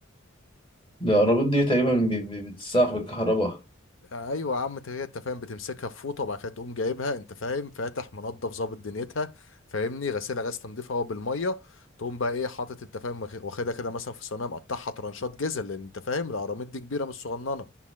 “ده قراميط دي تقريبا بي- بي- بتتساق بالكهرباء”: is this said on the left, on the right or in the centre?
Left